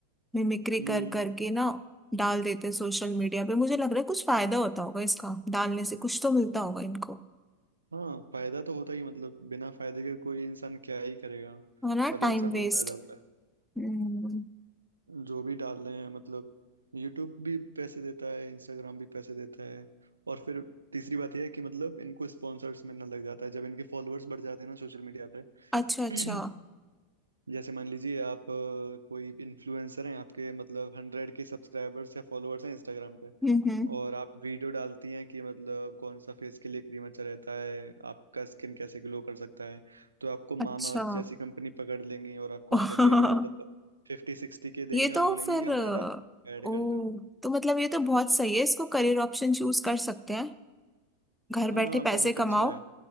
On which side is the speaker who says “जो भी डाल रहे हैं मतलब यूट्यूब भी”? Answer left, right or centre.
Right